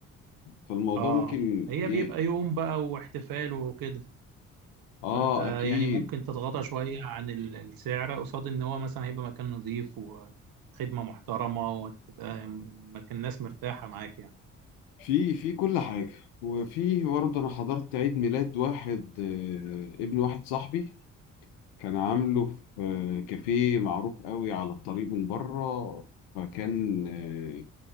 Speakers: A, on the left; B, on the right.
A: فالموضوع
B: اه
A: ممكن
B: هي
A: ي...
B: بيبقى يوم بقى واحتفال وكده
A: آه
B: فانت
A: أكيد
B: يعني ممكن تتغاضى شويه عن ال- السعر قصاد ان هو مثلا هيبقى مكان نظيف وخدمه محترمه وتبقى مكان الناس مرتاحه معاك يعني
A: في في كل حاجة وفي برضه أنا حضرت عيد ميلاد واحد آه، ابن واحد صاحبي كان عامله في آه، كافيه معروف قوي على الطريق من بره فكان آه،